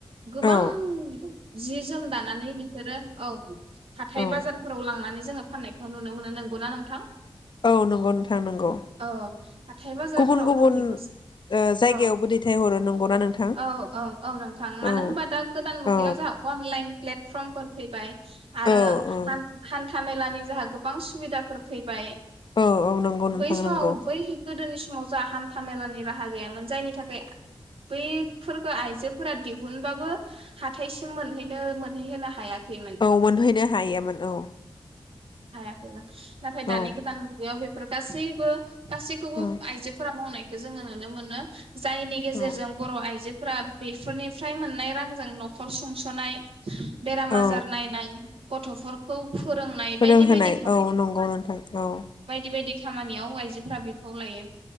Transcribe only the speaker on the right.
गोबां
जि जोम दानानै बिसोरो औ हाथाय
बाजारफोराव लांनानै जोहा फाननायखौ नुनो मोनो नोंगौना नोंथां
औ हाथाय बाजारफोराव
फाननायखौसो
औ
औ औ औ नोंथां मानो
होनबा दा गोदान मुगायाव
जोंहा अनलाइन प्लेट फ्रम फोर फैबाय आरो
हान हान थामेलानि जोंहा गोबां गोबां सुबिदाफोर फैबाय
बै समाव
बै गोदोनि सम समाव जोंहा हान्था मेलानि राहा गैयामोन जायनि थाखाय बैफोरखौ आइजोफोरा दिहुनबाबो हाथायसिम मोनहैनो मोनहैहोनो हायाखै खैमोन
<unintelligible> <unintelligible> नाथाय दानि
गोदान मुगायाव बेखौ फोर गासैबो गासैखौबो
आइजोफोरा मावनाय जोङो नुनो मोनो जायनि
गेजेरजों बर' आइजो फोरा बेफोरनिफ्राय मोननाय रांजों न'खर सुंस'नाय बेराम
आजार नायनाय गथ'फोरखौ फोरोंनाय
बायदि बायदि
बेबायदि खामानियाव आइजोफोरा बिफाव लायो